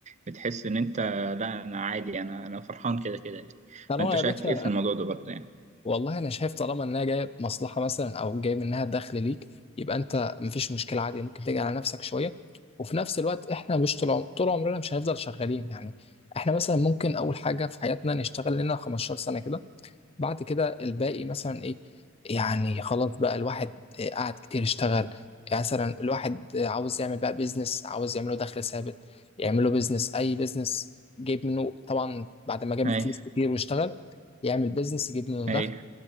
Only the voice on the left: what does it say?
طالما
يا
باشا
والله انا شايف طالما انها جايه مصلحه مثلا او جاي منها دخل ليك يبقى انت مفيش مشكله عادي ممكن تيجي على نفسك شويه وفي نفس الوقت احنا مش طول عم- طول عمرنا مش هنفضل شغالين يعني احنا مثلا ممكن اول حاجه في حياتنا نشتغل لنا 15 سنه كده بعد كده الباقي مثلا ايه يعني خلاص بقى الواحد إيه قعد كتير يشتغل يعني مثلا الواحد عاوز يعمل بقى بيزنس عاوز يعمله دخل ثابت يعمله بيزنس اي بيزنس جايب منه طبعا بعد ما جاب
فلوس كتير واشتغل يعمل بيزنس يجيب منه
دخل